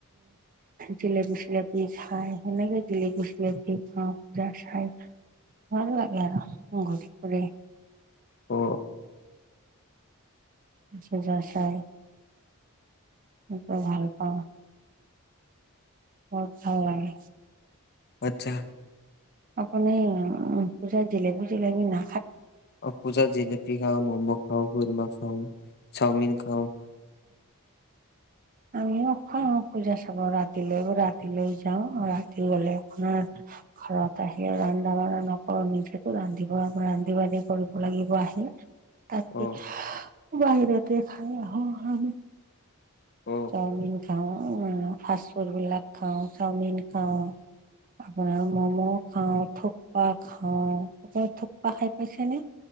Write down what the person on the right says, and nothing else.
জেলেপি চেলপি খায় সেনেকে জেলেপি চিলপি খাওঁ পূজা চায়। ভাল লাগে আৰু ঘৰি ফুৰে
চজা চাই সকে ভাল পাওঁ। বহুত ভাল লাগে
আপানে পূজা জিলপি জিলবি না
আমি অখ পূজা চাব ৰাতিলৈ-ৰাতিলৈও যাওঁ। ৰাতি গলে আপোনাৰ ঘৰত আহি ৰান্ধা-বাঢ়া নকৰো। নিজেতো ৰান্ধিব। ৰান্ধি-বাঢ়ি কৰিব লাগিব আহি। তাকে।
বাহিৰতে খাই আহোঁ আমি।
চাওমিন- খাওঁ ফাষ্ট-ফুড বিলাক খাওঁ। চাওমিন খাওঁ। আপোনাৰ মম' খাওঁ। থুপ্পা খাওঁ। আপুনি থুপ্পা খাই পাইছে নে?